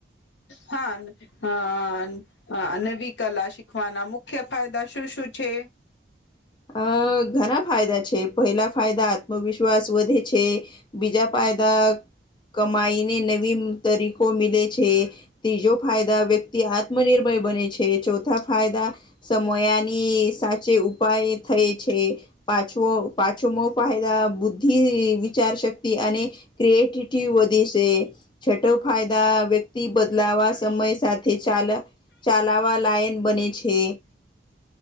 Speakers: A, on the left (about 75°); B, on the left (about 25°).
A: હા. હા નવી કલા શીખવાના મુખ્ય ફાયદા શું શું છે.
B: અ ઘણા ફાયદા છે પહેલા ફાયદા આત્મવિશ્વાસ વધે છે. બીજા ફાયદા કમાઈને નવી તરીકો મિલે છે ત્રીજો ફાયદા વ્યક્ આત્મનિર્ભર બને છે ચોથા ફાયદા સમયાની સાચે ઉપાય છ મો પ પાંચમો પાંચમો ફાયદા બુદ્ધિ વિચાર શક્તિ અને ક્રિએટટી વધે છે. છટો ફાયદા વ્યક્તિ બદલાવા સમય સાથે ચાલ ચલાવા લાઈન બને છે.